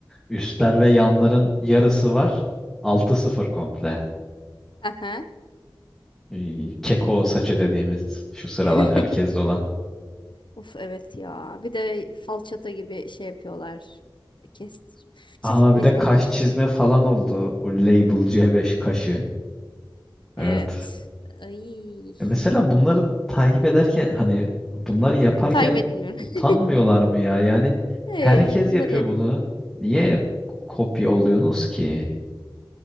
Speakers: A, in the centre; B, on the left (about 70°).
A: üstler ve yanların yarısı var. Altı sıfır komple.
B: Aha.
A: Ee, keko saçı dediğimiz şu sıralar
B: <laughs>
A: herkeste olan.
B: Of evet ya. Bir de falçata gibi şey yapıyorlar. Kestir.
A: Aa
B: Çizik
A: bir
B: mizik
A: de kaş
B: attırıyor.
A: çizme falan oldu. Bu Label C5 kaşı. Evet.
B: Evet. Ay.
A: E mesela bunları takip ederken hani bunları yaparken
B: Takip etmiyorum.
A: utanmıyorlar
B: <laughs>
A: mı ya? Yani
B: Ee,
A: herkes
B: bunları
A: yapıyor
B: yap.
A: bunu. Niye kopya oluyorsunuz ki?